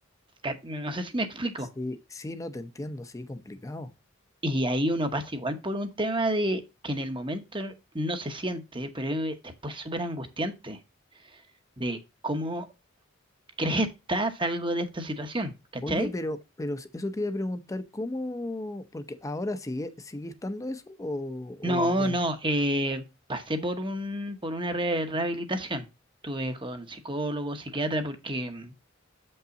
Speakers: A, on the right (about 25°); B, on the left (about 15°).
A: ca- No sé si me explico.
B: Sí, sí, no te entiendo, sí, complicado.
A: Y ahí uno pasa igual por un tema de que en el momento no se siente, pero es después súper angustiante de cómo <laughs> crees que estás algo de esta situación, ¿cachai?
B: Oye, pero, pero eso te iba a preguntar, ¿cómo? Porque ahora sigue, sigue estando eso o, o
A: No,
B: ya
A: no,
B: no.
A: eh, pasé por un, por una re- rehabilitación. Estuve con psicólogo, psiquiatra, porque mm,